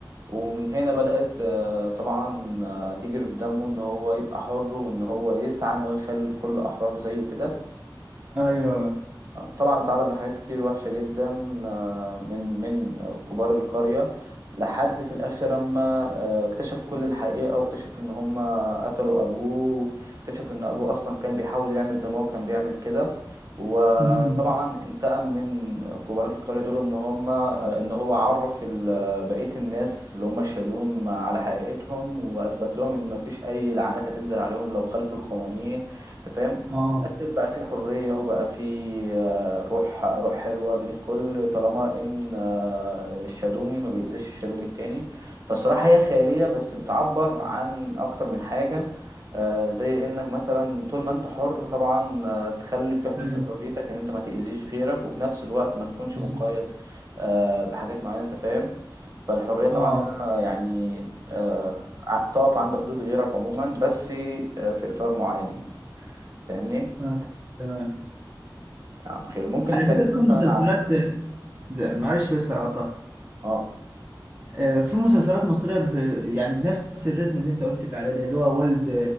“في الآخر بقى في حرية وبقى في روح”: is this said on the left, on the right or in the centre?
Right